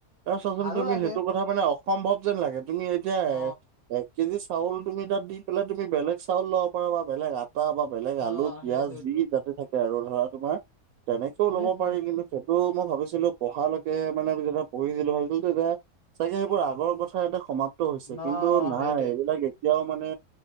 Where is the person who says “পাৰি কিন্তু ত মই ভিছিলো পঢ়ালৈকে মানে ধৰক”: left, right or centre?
Right